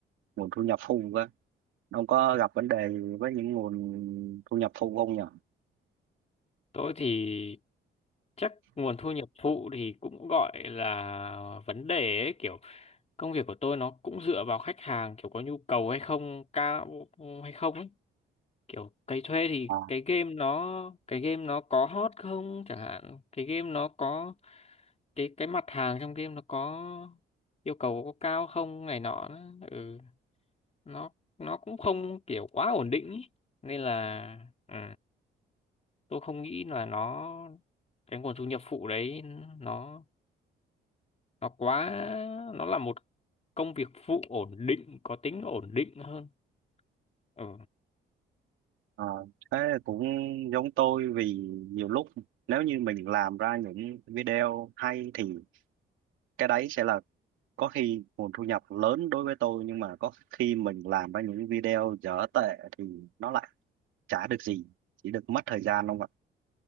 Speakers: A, on the right; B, on the left.
A: nguồn thu nhập phụ cơ ông có gặp vấn đề gì với những nguồn thu nhập phụ không nhỉ
B: tôi thì chắc nguồn thu nhập phụ thì cũng gọi là vấn đề ấy kiểu công việc của tôi nó cũng dựa vào khách hàng kiểu có nhu cầu hay không cao hay không ấy kiểu cái thuê thì
A: à,
B: cái game nó cái game nó có hot không chẳng hạn cái game nó có cái cái mặt hàng trong game nó có yêu cầu có cao không này nọ nó- ừ nó nó cũng không kiểu quá ổn định ý. nên là ừ, tôi không nghĩ là nó cái nguồn thu nhập phụ đấy nó nó quá nó là một công việc phụ ổn định có tính ổn định hơn ừ
A: à, thế cũng giống tôi vì nhiều lúc nếu như mình làm ra những video hay thì cái đấy sẽ là có khi nguồn thu nhập lớn đối với tôi nhưng mà có khi mình làm ra những video dở tệ thì nó lại chả được gì chỉ được mất thời gian không ạ